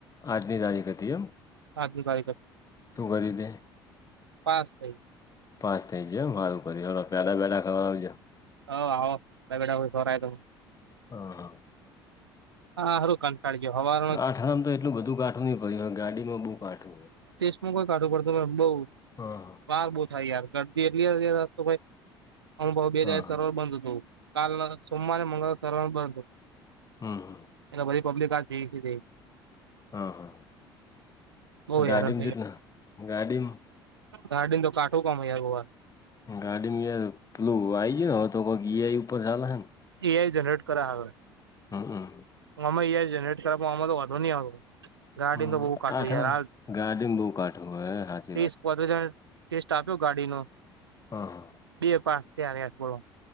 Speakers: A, on the left (about 25°); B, on the right (about 80°).
A: આજનીી તારીખ હતી, એમ
B: <unintelligible>
A: તું કરી દે
B: પાચ સાહી
A: ફાસ થઈ જ સારું કર પેલાા બેડાા ખ આવજ
B: હ આવો બેઠા સ ત
A: હમ્મ હા
B: હા, હરકા કાર્ય હોવાર
A: આઠરા તો એટું બધું કાઠું નહીં પ્યુંવે ગાડીમાં બઉ કાઠું,
B: હું કોઈ કાઢું પડતું બઉ
A: હા,
B: બાર બહુ થાય યાર ગરદી એટલી અમુભ બે
A: હા
B: જાય સવાર
A: હા
B: બંધ હતું. કાલ સોમવારે મંગળવા સર્વર બંધ હતું
A: હા હા
B: એટલે બધી પબ્લિક આજ ભેગી <unintelligible>
A: હા હા
B: બહુ
A: ગાડીમાં
B: હેરાન
A: <unintelligible> ગાડીમાં
B: ગાર્ડિન તો કાટો કામ <unintelligible> વાર
A: ગાડી મ યાર પેલું આઈ ગયું હો તો એ આઈ ઉપર હાલે હે ને,
B: એ આઈ જનરેટ કર હ આવે
A: હમ્મ <unintelligible>
B: આમા એ આઈ જનરેટ કર અમાં તો વધંધો નહી આવતો. ગાડી
A: હમ
B: ગ તો બહુ કાટું
A: કાઠ
B: યાર
A: હે ગાડીમાં બહુ કાઠ હોય હે હાચી વાત
B: <inaudible> વધો જ ટેસ્ટ આપ્યો ગાડીનો
A: હા હા
B: બે પાસ થયા <unintelligible> બોલો